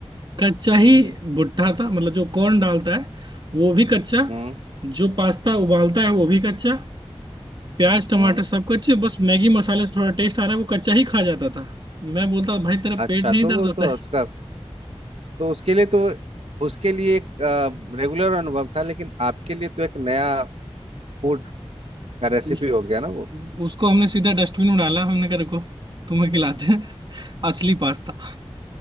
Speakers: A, on the right (about 50°); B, on the right (about 75°).
A: कच्चा
B: हम्म
A: ही भुट्टा था मतलब जो कॉर्न डालता है वो भी कच्चा
B: हम्म
A: जो पास्ता उबालता है वो भी कच्चा प्याज टमाटर
B: हम्म
A: सब कच्चे बस मैगी मसाले से थोड़ा टेस्ट आ रहा है वो कच्चा ही खा जाता था मैं बोलता भाई तेरा
B: अच्छा
A: पेट नहीं
B: तो
A: दर्द
B: वो
A: होता
B: तो
A: है
B: उसका तो उसके लिए तो उसके लिए एक रेगुलर अनुभव था लेकिन आपके लिए तो एक नया फूड का रेसिपी
A: उस
B: हो गया ना वो
A: उसको हमने सीधा डस्टबिन में डाला हमने कहा रुको तुम्हें खिलाते हैं असली पास्ता